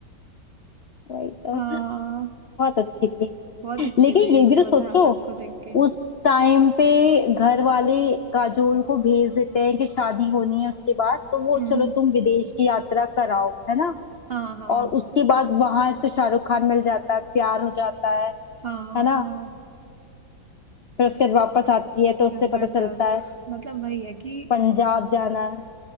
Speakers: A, on the left (about 65°); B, on the right (about 50°).
A: वही तो
B: हाँ
A: बहुत अच्छी थी
B: बहुत अच्छी
A: लेकिन
B: थी ये
A: ये
B: तो
A: भी तो
B: मजा
A: सोचो
B: आया था इसको देख के
A: उस टाइम पे घर वाले काजोल को भेज देते हैं कि शादी होनी है उसके बाद तो वो
B: हम्म
A: चलो तुम विदेश की यात्रा कराओ है ना
B: हाँ हाँ
A: और उसके बाद वहां इसको शाहरुख खान मिल जाता है प्यार हो जाता है
B: हाँ
A: है ना
B: हाँ
A: फिर उसके बाद वापस आती है तो उससे
B: जबरदस्त
A: पता चलता है
B: मतलब वही है कि
A: पंजाब जाना है